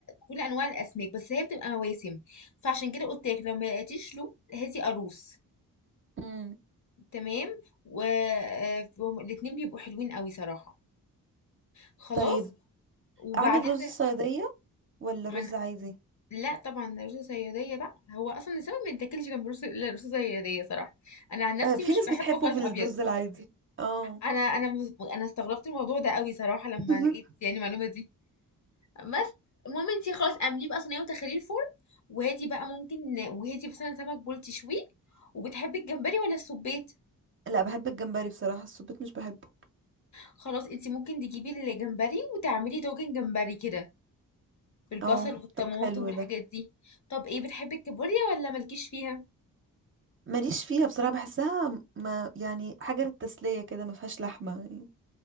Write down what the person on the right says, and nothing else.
امم
طيب
اعمل رز
صيادية ولا رز
عادي
آه في
ناس
بتحبه
بالرز
العادي اه
<laughs>
لا بحب الجمبري بصراحة السبيط مش بحبه
اه
طب حلو
ده
ماليش فيها بصراحة بحسها ما يعني حاجة للتسلية كده ما فيهاش لحمة يعني